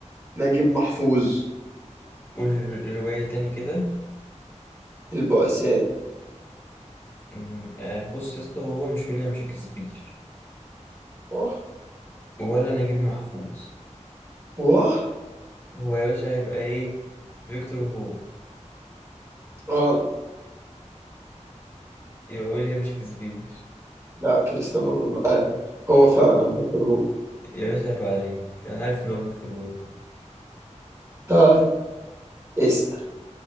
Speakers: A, on the right; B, on the left.
A: نجيب محفوظ
B: قول الرواية تاني كده
A: البؤساء
B: أمم، آه، بص يا اسطى هو مش ويليام شكسبير
A: واه
B: ولا نجيب محفوظ
A: واه
B: هو يا باشا هيبقى ايه فيكتور هوجو
A: غلط
B: يبقى ويليام شكسبير
A: لا كريستيانو رونالدو آه هو فعلا فيكتور هوجو
B: يا باشا هيبقى عليك انا عارف ان هو فيكتور هوجو
A: طيب اسأل